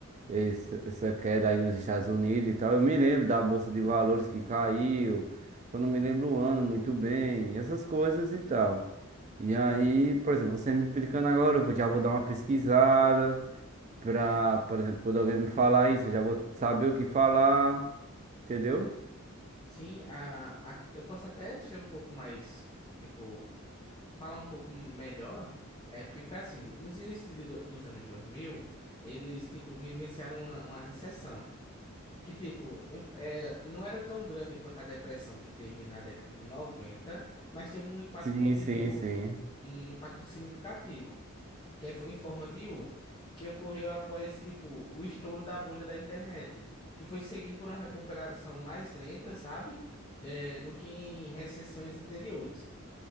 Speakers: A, on the right; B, on the left.
A: esse- essa queda aí nos Estados Unidos e tal. Eu me lembro da Bolsa de Valores que caiu, só não me lembro o ano muito bem, essas coisas e tal. E aí, por exemplo, você me explicando agora, eu vou- já vou dar uma pesquisada pra, por exemplo, quando alguém me falar isso, eu já vou saber o que falar, entendeu?
B: Sim, a, a- eu posso até ser um pouco mais, tipo falar um pouco melhor, é porque foi assim, nos inícios de do- dos anos dois mil eles, tipo, vivenciaram uma, uma recessão, que, tipo, em- é, não era tão grande quanto a depressão que teve na década de noventa mas teve um impacto,
A: Sim,
B: tipo,
A: sim, sim.
B: um impacto significativo, que foi em forma de U, que ocorreu após, tipo, o estouro da bolha da internet, que foi seguido por uma recuperação mais lenta, sabe, De- do que em recessões anteriores.